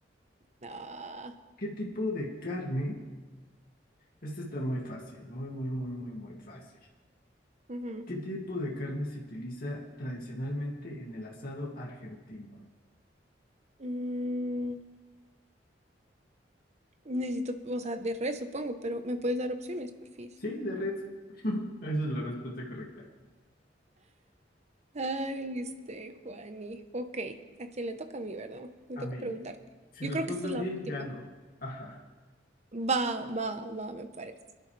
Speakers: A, on the right (about 40°); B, on the left (about 55°).
A: Ah.
B: ¿qué tipo de carne? Este está muy fácil, muy, muy, muy, muy, muy fácil.
A: Ujú.
B: ¿Qué tipo de carne se utiliza tradicionalmente en el asado argentino?
A: Mm, necesito, o sea, de res, supongo, pero me puedes dar opciones, porfis.
B: Sí, de res. Esa es la respuesta correcta.
A: Ay, este, Juani. Ok, ¿a quién le toca a mí, verdad? Me
B: A
A: toca
B: mí,
A: preguntarte.
B: si
A: Yo
B: respondo
A: creo que esta es
B: bien,
A: la última.
B: gano. Ajá.
A: Va, va, va, me parece.